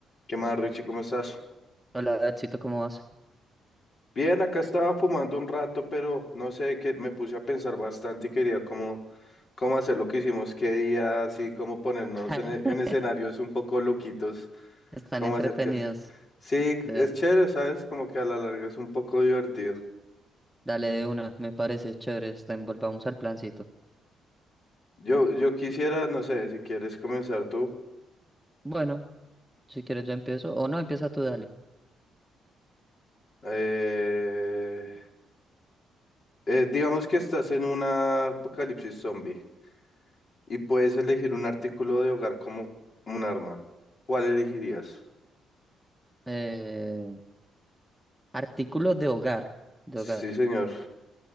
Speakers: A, on the left; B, in the centre.
A: ¿Qué más, Richie? ¿Cómo estás?
B: Hola, chito, ¿cómo vas?
A: Bien, acá estaba fumando un rato, pero no sé, que me puse a pensar bastante y quería cómo, cómo hacer lo que hicimos, qué día, así como ponernos
B: <laughs>
A: en, e- en escenarios un poco loquitos,
B: Están
A: cómo
B: entretenidos.
A: hacer qué hacer. Sí,
B: De...
A: es chévere, ¿sabes? Como que a la larga es un poco divertido.
B: Dale de una, me parece chévere. Está en- Volvamos al plancito.
A: Yo, yo quisiera, no sé, si quieres comenzar tú.
B: Bueno, si quieres yo empiezo. O no, empieza tú, dale.
A: Eh, eh, digamos que estás en una apocalipsis zombie. y puedes elegir un artículo de hogar como un arma. ¿Cuál elegirías?
B: Eh, artículos de hogar. De
A: Sí,
B: hogar.
A: señor.